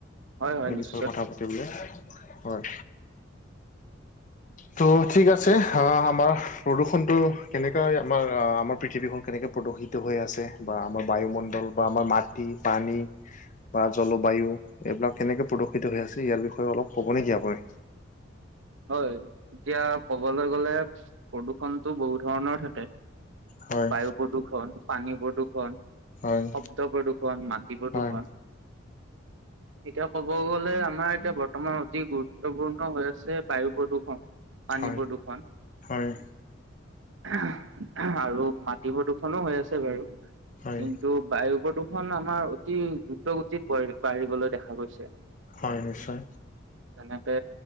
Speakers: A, on the right (about 75°); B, on the left (about 40°).
A: হয় হয়
B: এই
A: নিশ্চয়
B: বিষয়ে কথা পাত পাতিবলে, হয়। ত' ঠিক আছে। ধা আমাৰ প্ৰদূষণটো কেনেকৈ আমাৰ-আ আমাৰ পৃথিৱীখন কেনেকৈ প্ৰদূষিত টো হৈ আছে, বা আমাৰ বায়ুমণ্ডল বা আমাৰ মাটি, পানী বা জলবায়ু, এইবিলাক কেনেকে প্ৰদূষিত হৈ আছে ইয়াৰ বিষয়ে অলপ ক'ব নেকি আপুনি?
A: হয়, এতিয়া ক'বলৈ গ'লে প্ৰদূষণটো বহুত ধৰণৰ থাকে। কে
B: হয়
A: বায়ু প্ৰদূষণ, পানী প্ৰদূষণ।
B: হয়
A: শব্দ প্ৰদূষণ, মাটি প্ৰদূষণ।
B: হয়
A: এতিয়া ক'ব গ'লে আমাৰ এতিয়া বৰ্তমান অতি গুৰুত্বপূৰ্ণ হৈ আছে বায়ু প্ৰদূষণ, পানী
B: হয়।
A: প্ৰদূষণ।
B: হয়
A: <inaudible> আৰু মাটি প্ৰদূষনো হৈ আছে বাৰু।
B: হয়
A: কিন্তু বায়ু প্ৰদূষণ আমাৰ অতি দ্ৰুত গতিত বাঢ়ি-বাঢ়িবলৈ দেখা গৈছে।
B: হয়, নিশ্চয়।
A: তেনেকে